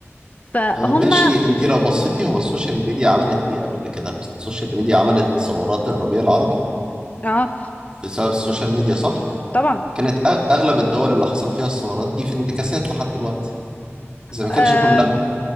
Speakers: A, on the left; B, on the right.
A: فهم
B: آه، ماشي انت لو بصيتي هو السوشيال ميديا عملت ايه قبل كده السوشيال ميديا عملت ثورات الربيع العربي
A: اه
B: بسبب السوشيال ميديا صح
A: طبعا
B: كانت أغ- اغلب الدول اللي حصل فيها الثورات دي في انتكاسات لحد دلوقتي زي ما كانش
A: آم...
B: كلها